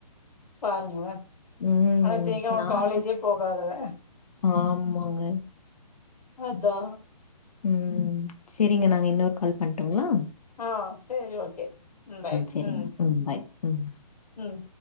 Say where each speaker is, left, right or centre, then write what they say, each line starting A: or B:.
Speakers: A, on the left; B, on the left.
A: பாருங்களே
B: ம்.
A: ஆனா இத்தனைக்கு அவெ
B: நான்லாம்
A: காலேஜே போகாதவ
B: ஆமாங்க
A: அதா
B: ம் ம் செரிங்க நாங்க இன்னொரு கால் பண்டுங்களா
A: ஆ சேரி ஓகே ம் பாய்
B: சரிங்க.
A: ம்
B: ம் பாய் ம்
A: ம்